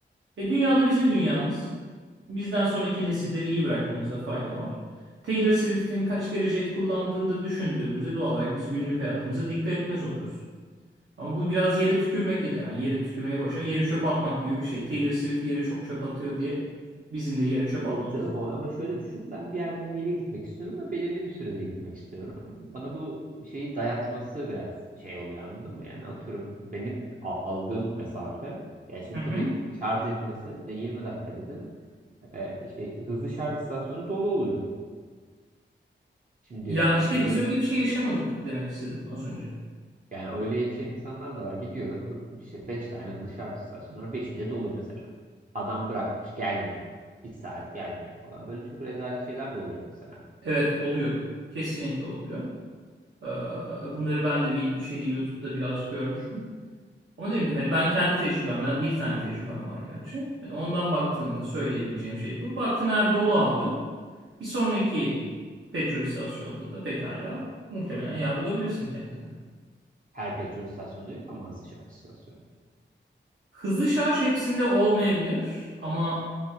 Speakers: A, on the right; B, on the right.
A: E dünyada bizim dünyamız. Bizden sonraki nesilleri iyi bırakmamızda fayda var. Taylor Swift'in kaç kere jet kullandığını da düşündüğümüzde doğal olarak biz günlük hayatımıza dikkat etmez oluruz. Ama bu biraz yere tükürmek ya da yani yere tükürmeyi boşa yere çöp atmak gibi bir şey. Taylor Swift yere çok çöp atıyor diye bizim de yere çöp
B: Yok
A: atmamız.
B: canım o ama şöyle düşün. Ben bir yerden bir yere gitmek istiyorum ama belirli bir sürede gitmek istiyorum. Bana bu şeyi dayatması biraz şey oluyor anladın mı? Yani atıyorum benim aldığım mesafe ya şimdi
A: Hı hı.
B: tabii şarj etmesi de 20 dakika dedim. Ee, şey, hızlı şarj istasyonu dolu oluyor. Şimdi
A: Ya işte
B: şimdi
A: biz
B: öyle
A: öyle bir şey yaşamadık demek istedim az önce.
B: Yani öyle yaşayan insanlar da var. Gidiyor hı- işte 5 tane dışarı istasyonu var. 5'i de dolu mesela. Adam bırakmış gelmiyor. Bir saat gelmiyor falan. Böyle çok rezalet şeyler de oluyor mesela.
A: Evet oluyor. Kesinlikle oluyor. Ee, Bunları ben de vid- şeyde YouTube'da birazcık görmüştüm. Ama dedim ki hani ben kendi tecrübemden bir tane tecrübem var gerçi. Hani ondan baktığımda söyleyebileceğim şey bu. Baktın her dolu abi. Bir sonraki petrol istasyonunda da pekala muhtemelen yer bulabilirsin kendine.
B: Her petrol istasyonu yok ama hızlı şarj istasyonu.
A: Hızlı şarj hepsinde olmayabilir ama